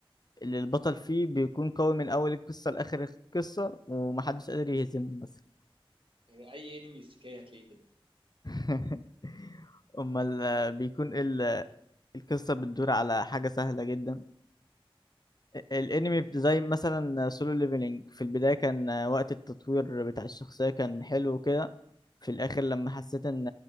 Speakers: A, on the left; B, on the right.
A: اللي البطل فيه بيكون قوي من اول القصة لاخر القصة ومحدش قادر يهزمه مثلا
B: اي انمي استكاية هتلاقيه كده
A: <laughs> امال آه، بيكون ال- القصة بتدور على حاجة سهلة جدا الانمي زي مثلا سولو ليفلينج في البدايه كان وقت التطوير بتاع الشخصيه كان حلو كده في الاخر لما حسيت ان